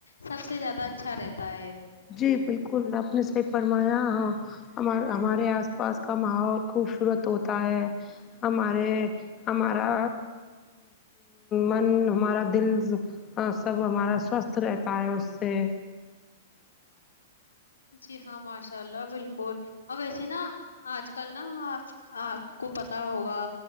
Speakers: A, on the left; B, on the left.
A: سب سے زیادہ اچھا رہتا ہے
B: جی بالکل آپ نے صحیح فرمایا ہاں ہمار ہمارے آس پاس کا ماحول خوبصورت ہوتا ہے ہمارے ہمارا من ہمارا دل ہاں سب ہمارا سوستھ رہتا ہے اس سے
A: جی ہاں ماشاء اللہ بالکل اور ویسیے نا آج کل نا آپ آپ کو پتا ہوگا